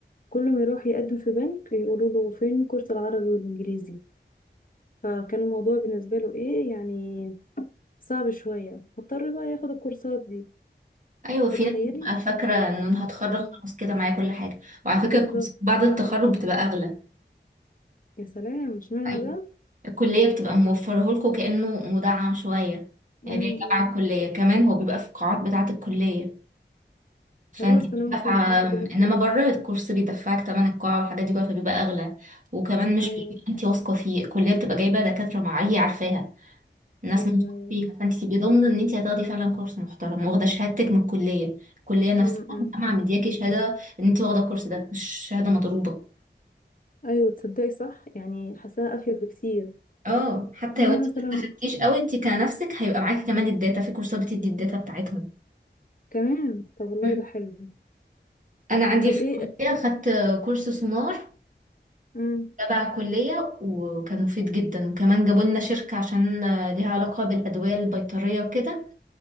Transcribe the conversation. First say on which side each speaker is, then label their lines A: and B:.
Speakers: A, on the left; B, on the right.
A: كل ما يروح يقدم في بنك يقولوا له فين كورس العربي والانجليزي فكان الموضوع بالنسبة له ايه يعني صعب شوية فاضطر بقى ياخد الكورسات دي
B: ايوه في
A: فتخيلي
B: ناس بتبقى فاكرة ان انا هتخرج
A: مم.
B: خلاص كده معايا كل حاجة وعلى فكرة
A: بالظبط
B: الكورسات بعد التخرج بتبقى اغلى
A: يا سلام اشمعنى
B: ايوه
A: بقى
B: الكلية بتبقى موفره لكم كأنه مدعم شوية يعني
A: امم
B: جاي تبع الكلية كمان هو بيبقى في القاعات بتاعة الكلية فانت
A: خلاص
B: مش
A: انا ممكن
B: دافعة
A: <laughs> افضل
B: انما
A: مثلا
B: بره الكورس بيدفعك تمن القاعة والحاجات دي كلها فبيبقى اغلى وكمان مش
A: ايوه
B: بيبقى انت واثقة فيه الكلية بتبقى جايبة دكاترة معايا عارفاها الناس
A: ايوه
B: موثوقة
A: ايوه
B: فيها فانت تبقي ضامنة ان انت هتاخدي فعلا كورس محترم واخدة شهادتك من الكلية الكلية نفسها
A: امم
B: الجامعة مدياكي شهادة ان انت واخدة الكورس ده مش شهادة مضروبة
A: ايوه تصدقي صح يعني حاساها افيد بكتير
B: اه حتى
A: هنا
B: لو انت
A: مثلا
B: ما استفدتيش قوي انت كنفسك هيبقى معاكي كمان الداتا في كورسات بتدي الداتا بتاعتهم
A: كمان طب والله
B: مم.
A: ده حلو
B: انا عندي
A: طب
B: في
A: ايه
B: الكليه خدت كورس سونار
A: امم
B: تبع الكليه وكان مفيد جدا وكمان جابوا لنا شركه عشان ليها علاقه بالادويه البيطريه وكده